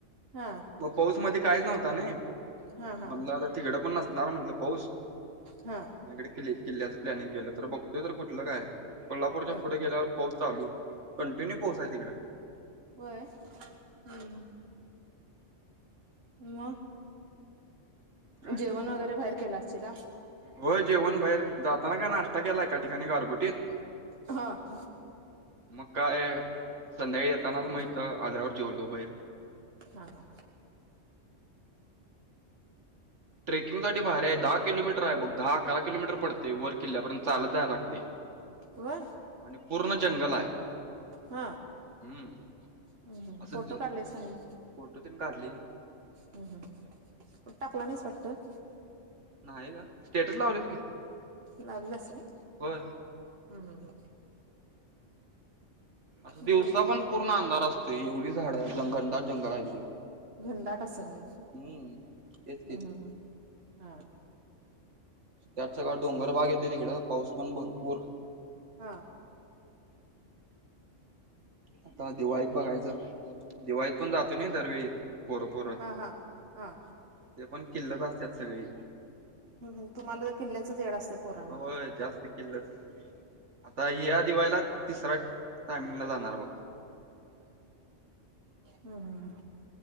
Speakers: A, on the right; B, on the right.
A: हा
B: मग पऊस मध्ये काहीच नव्हता, नाही.
A: हा हा
B: म्हणलं आता, तिघडं पण नसणार म्हणलं, पाऊस.
A: हा.
B: इकडे किल्ले - किल्ल्याचं प्लॅनिंग केलं तर, बघतोय तर, कुठलं काय? कोल्हापूरच्या
A: हा
B: पुढे गेल्यावर, पाऊस चालू. कंटिन्यू पाऊस हाय तिकड.
A: होय. <unintelligible> हम्म, मग
B: काही
A: जेवण
B: नाही बघं, निवांत.
A: वगैरे बाहेर केला असशीला
B: होय, जेवण बाहेर. जाताना काय नाश्ता केला एका ठिकाणी गारगुटीत.
A: हं.
B: मग काय? संध्याकाळी येताना
A: हा
B: मग इथ आल्यावर जेवलो बाहेर.
A: हा
B: ट्रेकिंगसाठी भारीय. दहा किलोमीटर आहे बघ. दहा, अकरा किलोमीटर पडते, वर किल्ल्यापर्यंत चालत जायला लागते.
A: व्हय.
B: आणि पूर्ण जंगल हाय.
A: हा.
B: हम्म.
A: हम्म हम्म,
B: असं
A: फोटो काढलेस का नाही?
B: फोटो ते न काढले की.
A: हम्म हम्म, पण टाकला नाहीस वाटत?
B: नाही का? स्टेटस लावलेलं की.
A: लावलेलास काय?
B: होय
A: हम्म हम्म हम्म.
B: असं
A: हम
B: दिवसा
A: मग
B: पण पूर्ण अंधार असतोय. एवढी झाडं जंगल आहे तिकडे
A: घनदाट असल मग.
B: हम्म तेच
A: हम्म
B: की
A: हम्म हम्म, हा.
B: त्यात सगळा डोंगरभाग येतोय तिकडं. पाऊस पण भरपूर.
A: हा.
B: आता दिवाळीत बघायचं. दिवाळीत पण जातो ना
A: हा
B: दरवेळी पोरं पोरं,
A: हा हा हा
B: ते पण किल्लक असतात सगळी.
A: हम्म हम्म, तुम्हाला <unintelligible> किल्ल्याच वेड असतय पोरांना.
B: होय <unintelligible> आता या दिवाळीला तिसऱ्या टायमिंग ला जाणार बघ.
A: हम्म हम्म हम्म,